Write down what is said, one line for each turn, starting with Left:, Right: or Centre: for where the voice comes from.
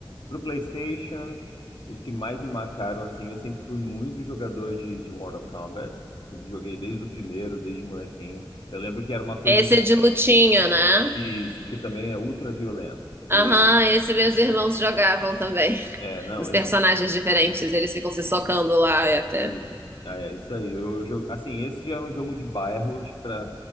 Left: Pro PlayStation, os que mais me marcaram, assim, eu sempre fui muito jogador de, de Mortal Kombat. Sempre joguei desde o primeiro, desde molequinho. Eu lembro que era uma coisa
Right: Esse
Left: de
Right: é de lutinha, né?
Left: isso, que também é ultra violento. Que,
Right: Aham, esse meus irmãos jogavam também. <laughs>
Left: é, não,
Right: Dos personagens
Left: esse é
Right: diferentes, eles ficam se socando lá e até.
Left: Isso, Ah, é isso aí. Eu, jo- assim, esse já era um jogo de bairro, acho que para